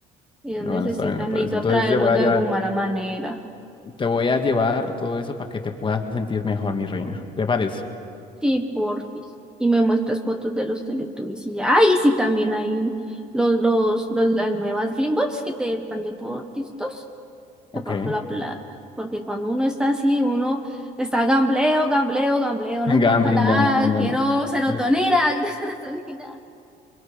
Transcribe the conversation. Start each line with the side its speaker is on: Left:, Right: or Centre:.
Centre: Ellos
Left: Bueno,
Centre: necesitan,
Left: está bien, me parece.
Centre: necesito
Left: Entonces
Centre: atraerlos
Left: te voy a
Centre: de
Left: llevar,
Centre: alguna manera.
Left: te voy a llevar todo eso para que te puedas sentir mejor, mi reina ¿Te parece?
Centre: Sí, porfis. Y me muestras fotos de los Teletubbies y ya. ¡Ay! sí, también hay los, los, los, las nuevas Glimbots que te van de por TikTok.
Left: Ok.
Centre: le paso la plata. Porque cuando uno está así, uno está gambleo, gambleo, gambleo, no
Left: Gambling,
Centre: importa nada,
Left: gambling, gambling.
Centre: quiero serotonina,
Left: Es-
Centre: <laughs> quiero serotonina.